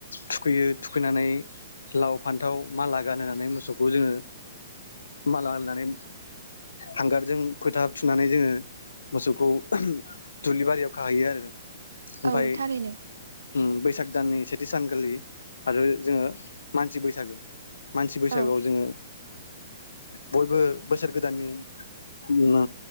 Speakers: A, on the left; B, on the right.
A: थुखैयो थुखैनानै लाव फान्थाव माला गानहोनानै मोसौखौ जोङो माला होननानै हांगारजों फोथा थुनानै जोङो मोसौखौ दुब्लि बारियाव खाहैयो आरो ओमफाय
B: औ थारैनो
A: उम बैसाग दाननि सेथि सानखालि आरो जोङो मानसि बैसागो मानसि बैसागोआव
B: औ
A: जोङो बयबो बोसोर गोदाननि उम म